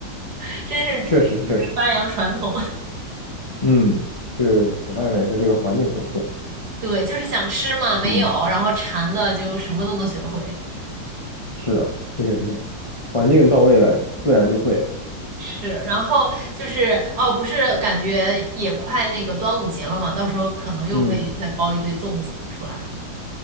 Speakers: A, on the right; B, on the left.
A: <laughs> 真是就是发扬传统。
B: 确实确实。
A: <laughs>
B: 嗯，就是在外面是这个环境所迫。
A: 对，就是想吃嘛，没有，
B: 嗯，
A: 然后馋的就什么都能学会。
B: 是的，这个这个环境到位了，自然就会了。
A: 是，然后就是哦，不是感觉也快那个端午节了嘛，到时候可能又会再包一堆粽子出来。
B: 嗯，